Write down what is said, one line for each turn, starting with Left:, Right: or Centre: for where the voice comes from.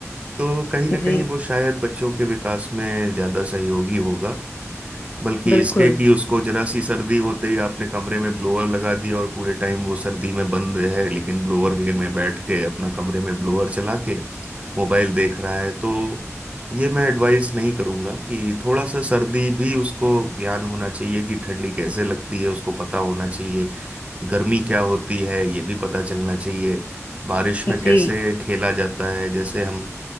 Right: तो कहीं ना कहीं
Left: जी
Right: वो शायद बच्चों के विकास में ज्यादा सहयोगी होगा बल्कि
Left: बिल्कुल
Right: इसके कि उसको जरा सी सर्दी होते ही आपने कमरे में ब्लोअर लगा दिया और पूरे टाइम वो सर्दी में बंद है लेकिन ब्लोअर के में बैठ के अपना कमरे में ब्लोअर चला के मोबाइल देख रहा है तो ये मैं एडवाइस नहीं करूंगा कि थोड़ा सा सर्दी भी उसको ज्ञान होना चाहिए कि ठंडी कैसे लगती है उसको पता होना चाहिए गर्मी क्या होती है ये भी पता चलना चाहिए बारिश में
Left: जी
Right: कैसे खेला जाता है जैसे हम